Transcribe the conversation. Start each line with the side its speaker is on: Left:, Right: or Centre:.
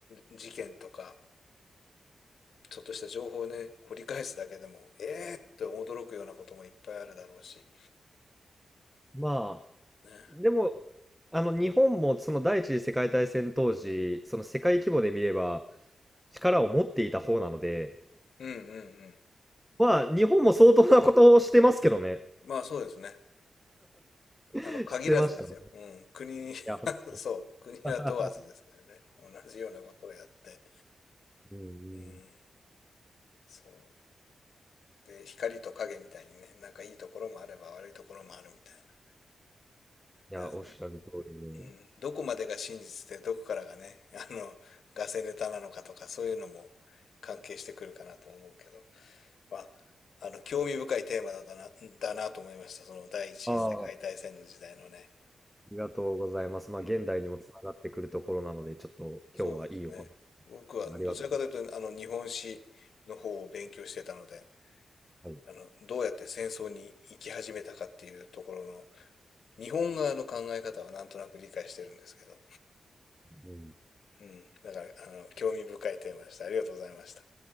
Left: 事件とかちょっとした情報をね掘り返すだけでもえーって驚くようなこともいっぱいあるだろうし、
Centre: まあ、
Left: ね、
Centre: でも、あの、日本もその第一次世界大戦当時、その世界規模で見れば、力を持っていた方なので、
Left: うんうんうん
Centre: まあ、日本も相当なことをしてますけどね。
Left: まあそうですね
Centre: <laughs>
Left: あの限らずですよ、
Centre: してましたね。い
Left: うん、国
Centre: や、ほん
Left: は <laughs> そう国は問わずですけどね同じようなことをやって、
Centre: <laughs> うんう
Left: うん、
Centre: ん
Left: そうで光と影みたいにねなんかいいところもあれば悪いところもあるみたいな。
Centre: いや、
Left: で
Centre: おっしゃる通りで、
Left: うんどこまでが真実でどこからがね、<laughs> あの、ガセネタなのかとかそういうのも関係してくるかなと思うけど、まあ、あの、興味深いテーマだな、だなと思いました。その第一次世界大戦の時代のね。
Centre: ああ、ありがとうございます。まあ、
Left: うん。
Centre: 現代にもつながってくるところなので、ちょっと今日はいいお話で
Left: そうですね。僕はどちらかというと、
Centre: したありがとう。
Left: あの、日本史の方を勉強してたので、
Centre: はい。
Left: あの、どうやって戦争に行き始めたかっていうところの、日本側の考え方はなんとなく理解してるんですけど、
Centre: うんうん
Left: うん。だから、あの、興味深いテーマでした。ありがとうございました。